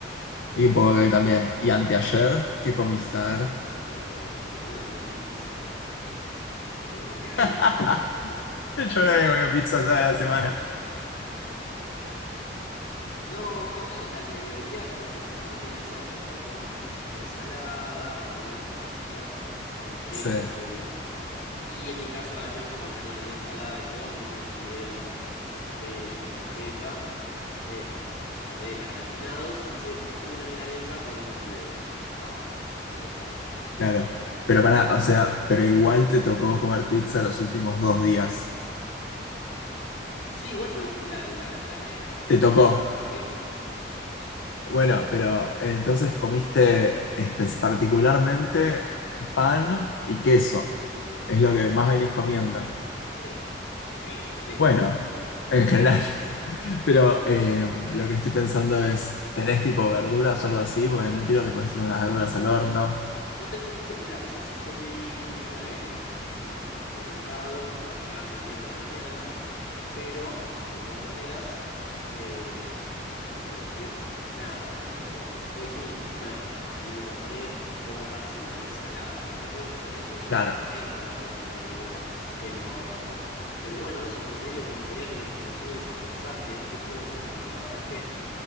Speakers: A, on the left; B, on the left.
A: Y un poco que hoy también. Y anteayer, ¿qué comiste? A ver.
B: Eh, en el laburo comí pizza. <laughs> Pero porque había.
A: <laughs>
B: <laughs>
A: Yo
B: Eh,
A: no había comido pizza toda la semana.
B: No, en general al mediodía como, como una milanesa de soja con ensalada, algunas papitas, la mayoría
A: Sí.
B: de los mediodías. Y en el caso de ayer, como ya no tenía ensalada y todo, me hice unos fideos así con queso y manteca, eh, como con mozzarella gratinados, y hice una milanesa con esos fideos al- en el trabajo. Eso fue ayer.
A: Claro, pero para, o sea, pero igual te tocó comer pizza los últimos dos días.
B: Sí, igual me- la de la, la de la Continental
A: Te tocó.
B: estaba, estaba rica.
A: Bueno, pero entonces comiste espe- particularmente pan y queso. Es lo que más venís comiendo.
B: Sí, en mi vida, pero sí.
A: Bueno, en general. <laughs> Pero eh, lo que estoy pensando es, ¿tenés tipo verduras o algo así? Porque en un tiro te podés tirar unas verduras al horno.
B: No tengo mucho, mira, es así, yo pedí comida de- en, en un supermercado que me va a llegar mañana a la mañana, pero de todas maneras, eh, ¿qué te iba a decir? Nada, como que hoy tenía que comer, así que me compré como para hacer una ensalada y yo creo que con eso ya
A: Claro,
B: tengo la dosis de verdura, pero... Pero bueno, eso, como te digo, me gustaría que me, que me ayudes a pensar qué, qué puede ser, porque la verdad es que